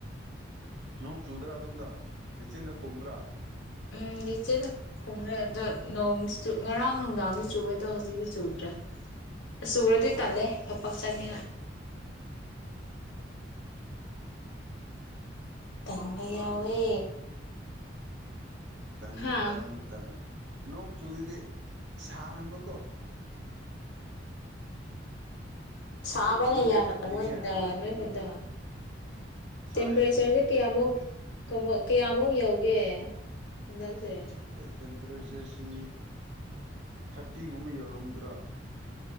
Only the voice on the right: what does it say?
ꯅꯣꯡ ꯆꯨꯗ꯭ꯔꯥ ꯑꯗꯣꯝꯗ ꯂꯤꯆꯤꯟꯗ ꯀꯨꯝꯕ꯭ꯔꯥ
ꯑꯣ
ꯇꯪꯒꯅꯨ
ꯇꯥꯅꯅꯨ ꯇꯥꯔꯨ ꯅꯣꯡ ꯆꯨꯔꯤꯗꯤ ꯁꯥꯃꯕ ꯀꯣ
ꯅꯣꯡ ꯆꯨꯔꯗꯤ
ꯈꯔ
ꯏꯪꯉꯦ
ꯁꯥꯏꯌꯦ
ꯇꯦꯝꯄꯔꯦꯆꯔꯁꯤ ꯊꯥꯔꯇꯤꯒꯨꯝꯕ ꯌꯧꯔꯝꯗ꯭ꯔꯥ